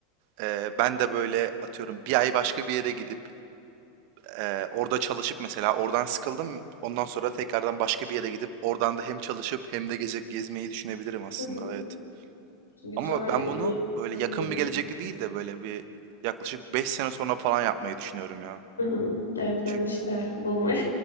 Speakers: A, on the right; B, on the left.
A: eee, ben de böyle atıyorum bir ay başka bir yere gidip eee, orada çalışıp mesela oradan sıkıldım. Ondan sonra tekrardan başka bir yere gidip oradan da hem çalışıp hem de gezip gezmeyi düşünebilirim aslında.
B: hı hı.
A: Evet.
B: Güzel
A: Ama ben
B: bir
A: bunu böyle
B: plan
A: yakın
B: oluyor.
A: bir gelecekte değil de böyle bir yaklaşık 5 sene sonra falan yapmayı düşünüyorum ya.
B: Hı hı. Evet
A: Çünkü
B: ben işte boomer